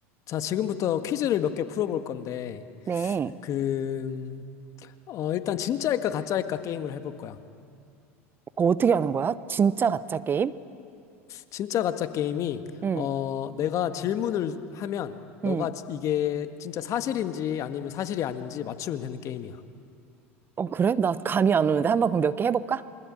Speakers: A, on the left; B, on the right.
A: 자, 지금부터 퀴즈를 몇 개 풀어볼 건데,
B: 네.
A: 그, 어, 일단 진짜일까 가짜일까 게임을 해볼 거야.
B: 그거 어떻게 하는 거야? 진짜 가짜 게임?
A: 진짜 가짜 게임이,
B: 응,
A: 어, 내가 질문을 하면, 너가
B: 응.
A: 지- 이게 진짜 사실인지 아니면 사실이 아닌지 맞추면 되는 게임이야.
B: 어, 그래? 나 감이 안 오는데 한번 그럼 몇 개 해볼까?